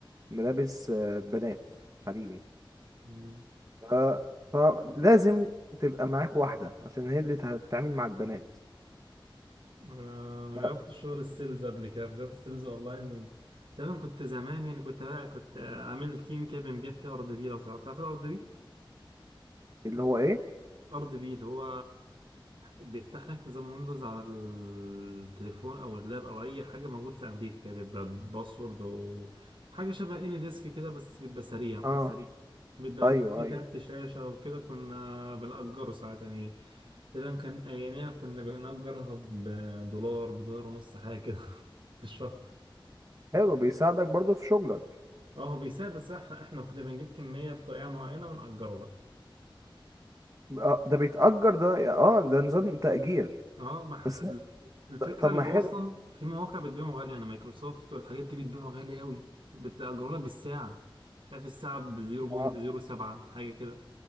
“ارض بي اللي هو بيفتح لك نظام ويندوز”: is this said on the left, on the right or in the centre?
Right